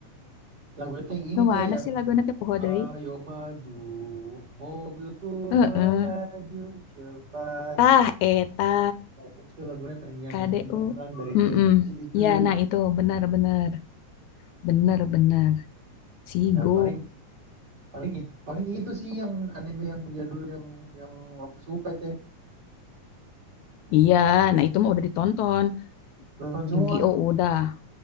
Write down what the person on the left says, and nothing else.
nu
mana
sih lagu nanti poho
deui
heeh
tah eta
KDU
mm
ya nah itu benar benar benar benar Sigo
iya nah itu mah udah ditonton
Yu-Gi-Oh udah